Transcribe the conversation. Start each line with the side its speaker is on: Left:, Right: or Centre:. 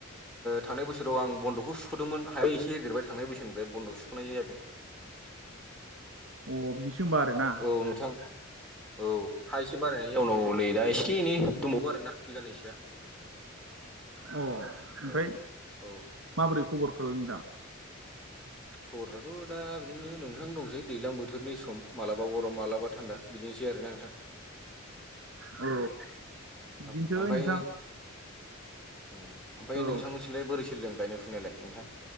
Centre: थांनाय बोसोराव आं बन्दखौ सुखदोंमोन हायो एसे होदेरबाय थांनाय बोसोरनिफ्राय बन्द सुखनाय जाब जादों
Right: अ बिदिसो होनोमबा आरोना
Centre: औ नोंथां औ हा एसे बारायनायनि उउनाव नै दा एसे एनै दंबावो आरोोना बिगानैनैसोआ
Right: अ ओमफ्राय
Centre: औ औ
Right: माबोरै खबरफ्राय नोंथां
Centre: खबरफ्राथ' दा बिदिनो नोंथां दंसै दैज्लां बोथोरनि सम माबलाबा गरम माबलाबा थान्दा बिदिनोसै आरोना नोंथां
Right: औ
Centre: औ
Right: बिदिनोसै
Centre: ओमफ्राय
Right: नोंथां
Centre: औ ओमफ्राय
Right: औ
Centre: नोंथांमोनथिसेलाय बोरै सोदों गनायुनायलाय नोंथां